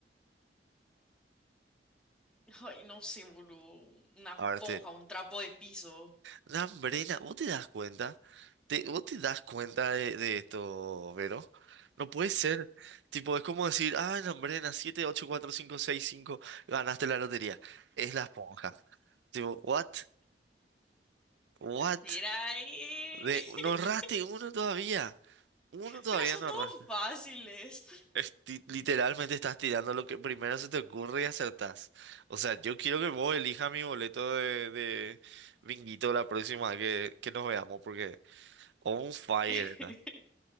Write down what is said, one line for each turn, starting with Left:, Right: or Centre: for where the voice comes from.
Centre: Ay, no sé, boludo. Una esponja,
Right: A ver, te...
Centre: un trapo de piso.
Right: Lambrena, ¿vos te das cuenta? ¿Te, vos te das cuenta de, de esto, Vero? No puede ser. Tipo, es como decir, ah, Lambrena, 7, 8, 4, 5, 6, 5, ganaste la lotería. Es la esponja. Tipo, what? What?
Centre: Mira ahí.
Right: De,
Centre: <laughs>
Right: no erraste uno todavía. Uno todavía
Centre: Pero son
Right: no
Centre: todos
Right: erraste.
Centre: fáciles.
Right: Esti- literalmente estás tirando lo que primero se te ocurre y acertás. O sea, yo quiero que vos elijas mi boleto de, de binguito la próxima vez que, que nos veamos, porque on fire
Centre: <laughs>
Right: está.